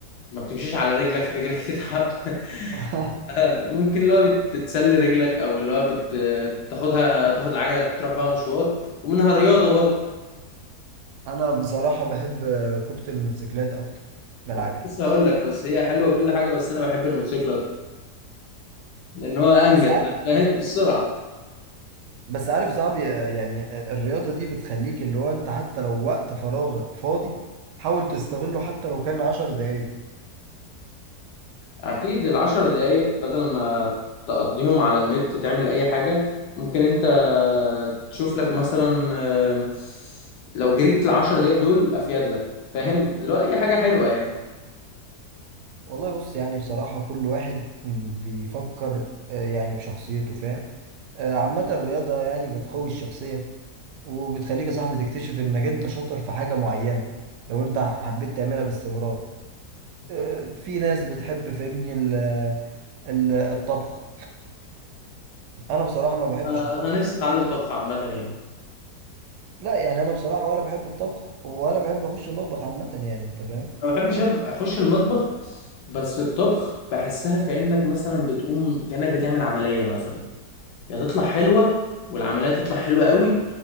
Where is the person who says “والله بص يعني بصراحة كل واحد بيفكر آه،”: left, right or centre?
Right